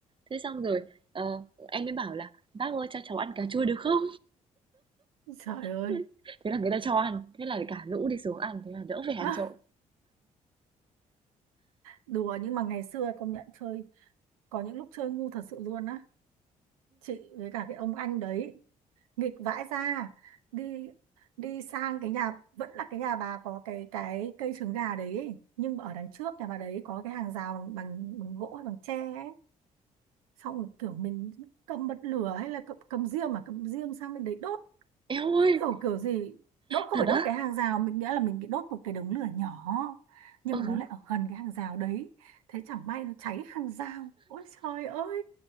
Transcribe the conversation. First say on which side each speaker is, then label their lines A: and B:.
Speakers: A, on the right (about 30°); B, on the right (about 80°).
A: Thế xong rồi, ờ, em mới bảo là "Bác ơi cho cháu ăn cà chua được không?"
B: trời ơi
A: <laughs> Thế là người ta cho ăn, thế là cả lũ đi xuống ăn, thế là đỡ phải ăn
B: <laughs>
A: trộm.
B: đùa nhưng mà ngày xưa công nhận chơi có những lúc chơi ngu thật sự luôn á chị với cả cái ông anh đấy nghịch vãi ra đi đi sang cái nhà vẫn là cái nhà bà có cái cái cây trứng gà đấy ấy. nhưng mà ở đằng trước nhà bà đấy có cái hàng rào bằng bằng, bằng gỗ hay bằng tre ấy xong rồi kiểu mình cầm bật lửa hay là cầm, cầm diêm mà cầm diêm sang bên đấy đốt
A: Eo ơi,
B: kiểu kiểu gì đốt không
A: thật
B: phải đốt
A: á?
B: cái hàng rào mình nghĩa là mình bị đốt một cái đống lửa nhỏ nhưng
A: Ừ,
B: mà nó lại ở gần cái hàng rào đấy thế chẳng may nó cháy hàng rào ôi trời ơi